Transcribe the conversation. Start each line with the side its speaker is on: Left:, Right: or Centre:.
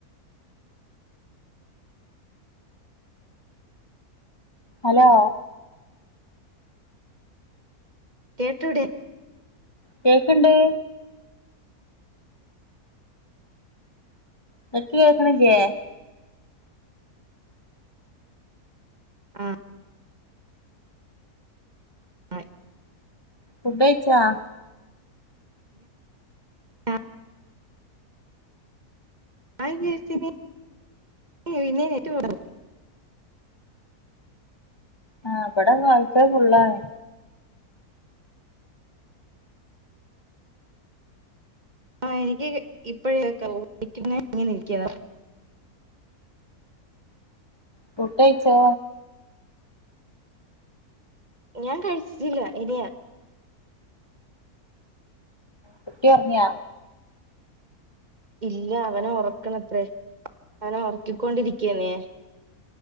Left: ഹലോ
Right: കേട്ടൂടേ
Left: കേക്ക്ണ്ട് ഇടയ്ക്ക് കേക്കണില്ലേ
Right: ആഹ് ആയ്
Left: ഫുഡ്‌ കഴിച്ചാ
Right: ആ <unintelligible>
Left: ആഹ് ഇവടെ വൈ ഫൈ ഫുള്ള് ആണ്
Right: ആ എനിക്ക് ഇപ്പൊ കേൾക്കാവു <unintelligible> ഇങ്ങനെ ഇരിക്കിയ
Left: ഫുഡ്‌ കഴിച്ചോ
Right: ഞാൻ കഴിച്ചിട്ടില്ല ഇനിയാ
Left: കുട്ടി ഒർങ്ങ്യ
Right: ഇല്ല അവനെ ഉറക്കണത്രേ അവനെ ഉറക്കിക്കൊണ്ടിരിക്കയാണ് ഞാൻ